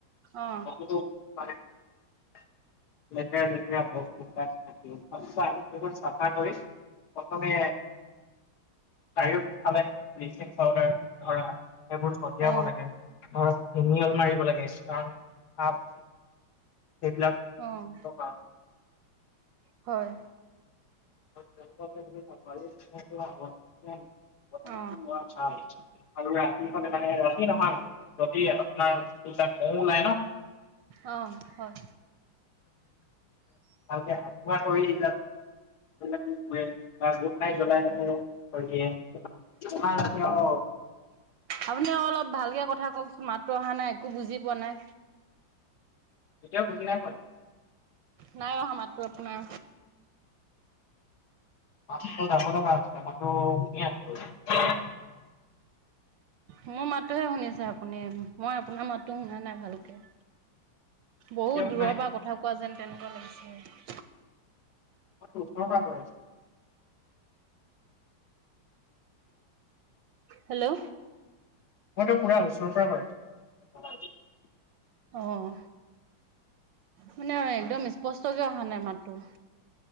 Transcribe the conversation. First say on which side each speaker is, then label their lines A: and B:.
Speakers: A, on the right; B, on the left.
A: অ
B: বহুতো <unintelligible> লেতেৰা লেতেৰা বস্তুবিলাক থাকে। সেইবোৰ চাফা কৰি প্ৰথমে চাৰিওফালে ব্লিচিং পাউদাৰ ধৰা সেইবোৰ ছটিয়াব
A: অ
B: লাগে। অ ফিনীয়াল মাৰিব লাগে। কাৰণ সাপ সেইবিলাক
A: উম,
B: কাৰণ
A: হয়।
B: <unintelligible> হয় আৰু ৰাতি হলে
A: অ
B: মানে ৰাতি নহয় যদি আপোনাৰ মহ ওলাই ন?
A: অ, হয়।
B: ভালকে হাত ধোৱা কৰি কিবা গুট নাইট তেতিয়া জ্বলাই ল'ব কই দিয়ে। তোমালোকেও
A: আপুনি অলপ ভালকে কথা কওকচোন মাতটো অহা নাই একো বুজি পোৱা নাই।
B: এতিয়াও বুজি নাই পোৱা নেকি?
A: নাই অহা মাততো আপোনাৰ
B: <unintelligible>
A: মোৰ মাতটোহে শুনিছে আপুনি মই আপোনাৰ মাততো শুনা নাই ভালকে। বহুত
B: এতিয়াও
A: দূৰৰ
B: শুনাই
A: পৰা
B: নাই
A: কথা কোৱা যেন তেনেকুৱা লাগিছে।
B: মইতো ওচৰৰ পৰা কই আছো।
A: হেল্লো'
B: মই পুৰা ওচৰ পৰা কৈ আছো। <unintelligible>
A: অঁ! মানে একদম স্পষ্টকে অহা নাই মাততো? <inaudible>